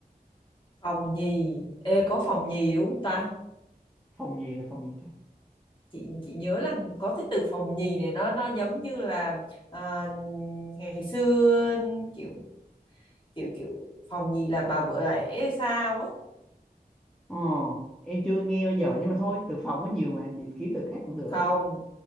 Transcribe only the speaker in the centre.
<laughs> phòng gì là phòng gì ta
Ờ, em chưa nghe bao giờ nhưng mà thôi từ phòng có nhiều mà chị kiếm từ khác cũng được.